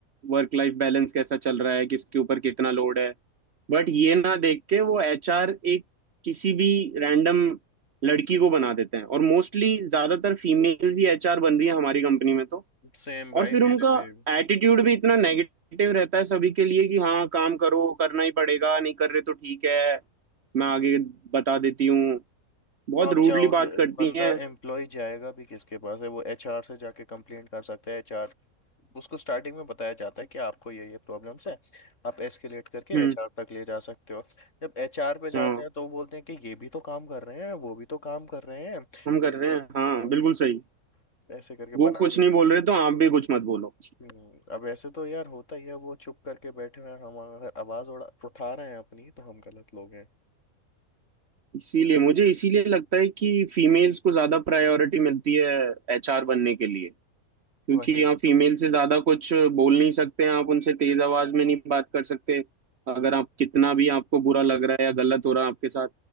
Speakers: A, on the right (about 50°); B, on the left (about 55°).
A: वर्क लाइफ बैलेंस कैसा चल रहा है किसके ऊपर कितना लोड है बट ये ना देख के वो एचआर एक किसी भी रैंडम लड़की को बना देते हैं और मोस्टली ज्यादातर फीमेल्स ही एचआर बन रही है हमारी कंपनी में तो
B: सेम भाई
A: और फिर
B: मेरे
A: उनका
B: में भी।
A: एटीट्यूड भी इतना नेगेटिव रहता है सभी के लिए कि हाँ काम करो करना ही पड़ेगा नहीं कर रहे तो ठीक है मैं आगे बता देती हूँ बहुत
B: वो आप बहुत
A: रूडली
B: सारी चाहोगे
A: बात करती
B: बंदा
A: हैं
B: एम्प्लॉय जाएगा भी किसके पास है वो एचआर से जाके कंप्लेंट कर सकता है एचआर उसको स्टार्टिंग में बताया जाता है कि आपको ये ये प्रॉब्लम्स है आप एस्केलेट करके
A: हम्म
B: एचआर तक ले जा सकते हो जब एचआर पे जाते
A: हाँ
B: हैं तो वो बोलते हैं कि ये भी तो काम कर रहे हैं वो भी तो काम कर रहे हैं
A: हम कर
B: ये सिर्फ
A: रहे हैं हाँ
B: ये
A: बिल्कुल सही
B: ऐसे करके
A: वो
B: बना
A: कुछ
B: के
A: नहीं बोल रहे तो आप भी कुछ मत बोलो
B: हम्म, अब ऐसे तो यार होता ही है वो चुप करके बैठे हुए हैं हम अगर आवाज उड़ा उठा रहे हैं अपनी तो हम गलत लोग हैं
A: इसीलिए मुझे इसीलिए लगता है कि फीमेल्स को ज्यादा प्रायोरिटी मिलती है एचआर बनने के लिए क्योंकि
B: वही है।
A: यहाँ फीमेल से ज्यादा कुछ बोल नहीं सकते हैं आप उनसे तेज आवाज में नहीं बात कर सकते
B: हम्म
A: अगर आप कितना भी आपको बुरा लग रहा है या गलत हो रहा है आपके साथ